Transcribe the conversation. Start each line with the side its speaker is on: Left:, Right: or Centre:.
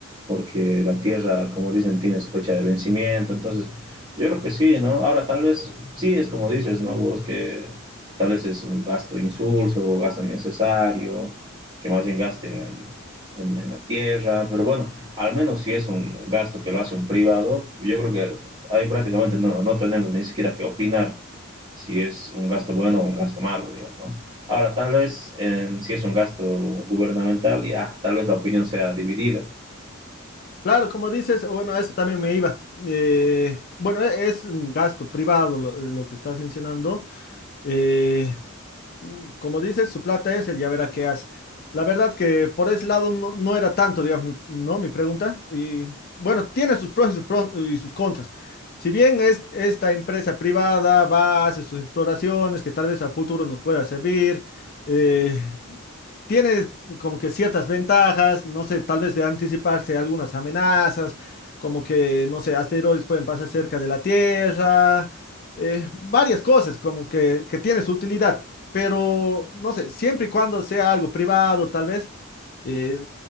Right: porque la Tierra, como dicen, tiene su fecha de vencimiento, entonces yo creo que sí, ¿no? Ahora tal vez sí es como dices, ¿no? Vos que tal vez es un gasto insulso, un gasto innecesario, que más bien gasten en, en, en, la tierra, pero bueno, al menos si es un gasto que lo hace un privado, yo creo que ahí prácticamente no, no tenemos ni siquiera que opinar, si es un gasto bueno o un gasto malo, digamos, ¿no? Ahora, tal vez en- si es un gasto gubernamental, ya, tal vez la opinión sea dividida.
Left: Claro, como dices, bueno, eso también me iba. Eh, bueno, e- es un gasto privado lo, lo que estás mencionando. Eh, mm, como dices, su plata es, él ya verá qué hace. La verdad que por ese lado no, no era tanto, digamos, ¿no? Mi pregunta. Y bueno, tiene sus pros y sus, pro- y sus contras. Si bien es, esta empresa privada va, hace sus exploraciones que tal vez a futuro nos pueda servir, eh, tiene como que ciertas ventajas, no sé, tal vez de anticiparse algunas amenazas, como que, no sé, asteroides pueden pasar cerca de la Tierra, eh, varias cosas como que, que tiene su utilidad, pero no sé, siempre y cuando sea algo privado, tal vez, eh,